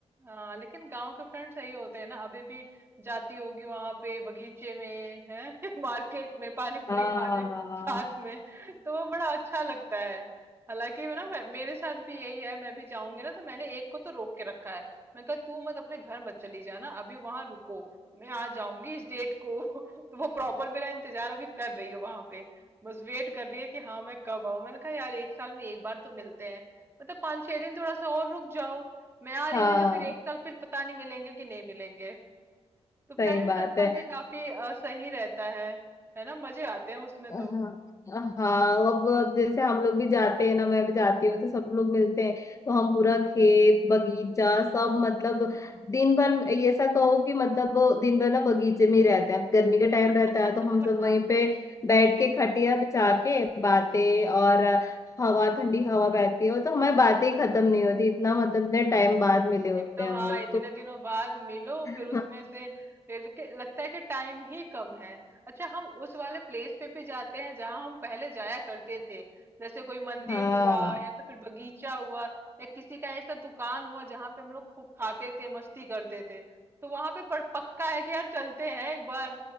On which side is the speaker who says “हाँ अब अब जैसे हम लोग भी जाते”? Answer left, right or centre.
Left